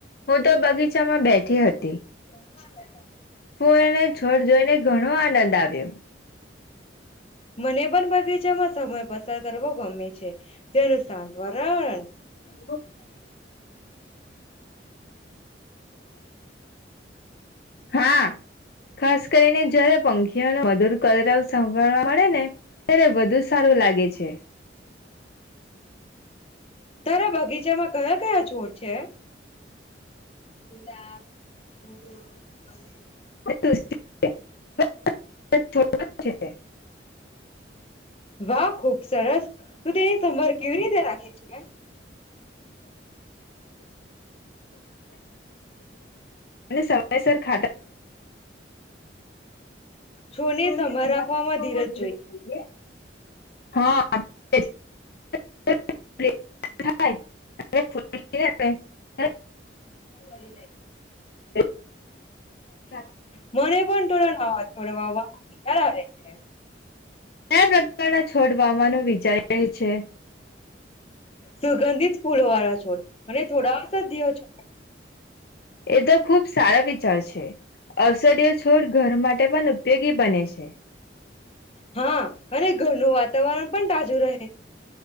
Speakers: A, on the left (about 55°); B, on the left (about 35°).
A: હું તો બગીચામાં બેઠી હતી.
B: <inaudible>
A: ફૂને છોડ જોઈને ઘણો આનંદ આવ્યો.
B: મને પણ બગીચામાં સમય પસંદ. કરવો ગમે છે તેનું શાંત વારાવરણ.
A: <unintelligible> <unintelligible> હા ખાસ કરીને જારે પંખીઓનો મધુર કરવ સાંભળવા. મળે ને ત્યારે વધુ સારું લાગે છે.
B: તારે બગીચામાં. કયા કયા છોર છે. ગુલાબ <unintelligible>
A: <inaudible>
B: વાહ ખુબ સરસ તું તેની સમભર કેવી રીતે રાખી છ. હ.
A: સમયસર ખા. જ
B: છોડની સંભાળ રાખવામાં
A: જોઈએ
B: ધીરજ
A: હા. એશે હ.
B: મળી જાય છે.
A: ક
B: મને પણ થોડા નવા છોડ વાવવાનો વિચાર આવે છે
A: પ્રકારના છોડ વાવાનો વિચારી છે.
B: સુગંધિત ફૂલો વાળા છોડ અને થોડા સ દઓ છોડ.
A: એ તો ખુબ સારા વિચાર છે અસર્ય છોડ ઘરમાં. માટે પણ ઉપયોગી બને છે.
B: હા અને ઘરનું વાતાવરણ પણ તાજું રહે છે.